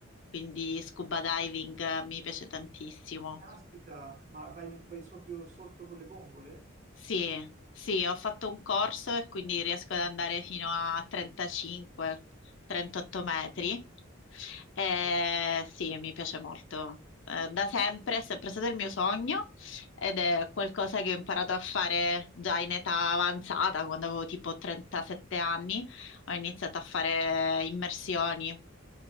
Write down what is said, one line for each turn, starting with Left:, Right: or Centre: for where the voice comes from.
Left: quindi scuba diving eh, mi piace tantissimo.
Right: Caspita, ma vai, vai proprio sotto con le bombole?
Left: Sì, sì, ho fatto un corso e quindi riesco ad andare fino a 35-38 metri. Eh,
Right: Cavolo.
Left: sì, mi piace molto. Eh, da sempre, è sempre stato il mio sogno ed è qualcosa che ho imparato a fare già in età avanzata, quando avevo tipo 37 anni, ho iniziato a fare immersioni.